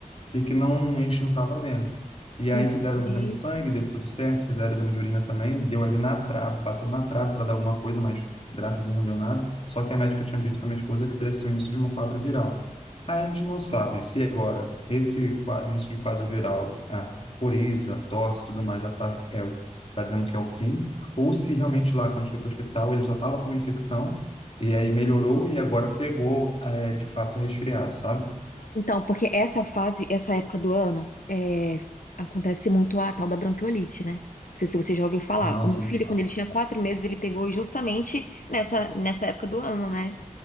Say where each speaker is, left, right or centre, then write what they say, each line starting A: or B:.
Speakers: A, on the left; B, on the left.
A: e que não, a gente não estava vendo. E aí
B: Entendi.
A: fizeram o exame de sangue, deu tudo certo, fizeram o exame de urina também, deu ali na trave, bateu na trave para dar alguma coisa, mas graças a Deus não deu nada. Só que a médica tinha dito para minha esposa que poderia ser o início de um quadro viral. Aí a gente não sabe se agora esse qua- início de quadro viral, a coriza, tosse, tudo mais, já está é, o- tá dizendo que é o fim, ou se realmente lá, quando a gente foi para o hospital, ele já estava com uma infecção, e aí melhorou e agora pegou, é, de fato, o resfriado, sabe?
B: Então, porque essa fase, essa época do ano, é, acontece muito a tal da bronquiolite, né? Não sei se você já ouviu falar.
A: Nossa,
B: O meu filho,
A: não fala.
B: quando ele tinha quatro meses, ele pegou justamente nessa, nessa época do ano, né?